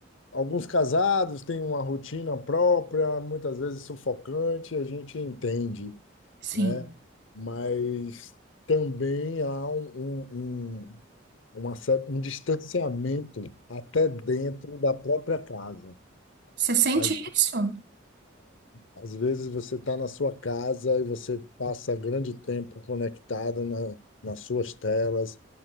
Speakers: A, on the left; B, on the right.
A: alguns casados têm uma rotina própria, muitas vezes sufocante, a gente entende,
B: Sim.
A: né? Mas também há um, um, um uma cer- um distanciamento até dentro da própria casa.
B: Você sente
A: Às
B: isso?
A: às vezes você está na sua casa e você passa grande tempo conectado na, nas suas telas